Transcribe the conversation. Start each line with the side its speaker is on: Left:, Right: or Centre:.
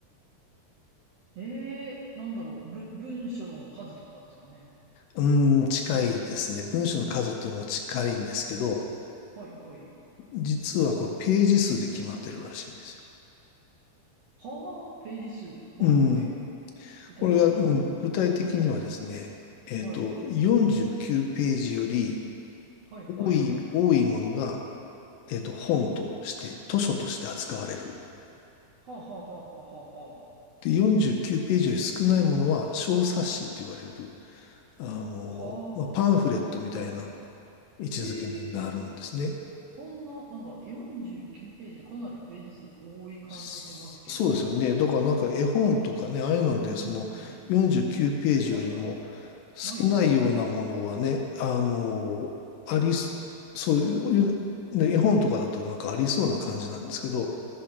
Right: ええー、なんだろう。ぶ、文章の数とかですかね。
Left: うーん、近いですね。文章の数っていうのも近いんですけど、
Right: はいはい。
Left: 実はこれページ数で決まってるらしいんですよ。
Right: はあ、ページ数。はいはい。
Left: うん。
Right: 具体的には。
Left: これが、うん、具体的にはですね、えっと、
Right: はい。
Left: 49ページより
Right: はいはい。
Left: 多い、多いものが、えっと、本として、図書として扱われる
Right: はあはあはあはあはあ。
Left: で、49ページより少ないものは小冊子って言われる、あの、
Right: はあ、
Left: まあ、パンフレットみたいな
Right: はあはあはあ。
Left: 位置づけになるんですね。
Right: へえ、そんな、なんか49ページでかなりページ数多い感じしますけど。
Left: そそうですよね。だからなんか絵本とかね、ああいうので、その49ページよりも
Right: うんうん。確かに。
Left: 少ないようなものはね、
Right: ないですよね、本は。
Left: あの、ありす、そういう、ね、絵本とかだとなんかありそうな感じなんですけど、